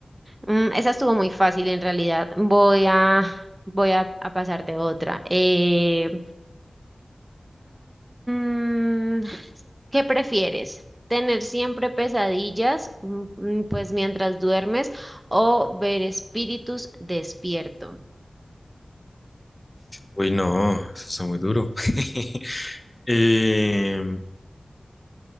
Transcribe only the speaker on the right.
Mm, esa estuvo muy fácil en realidad. Voy a, voy a, a pasarte otra. Eh, mm, ¿qué prefieres? ¿Tener siempre pesadillas, mm, mm, pues mientras duermes, o ver espíritus despierto?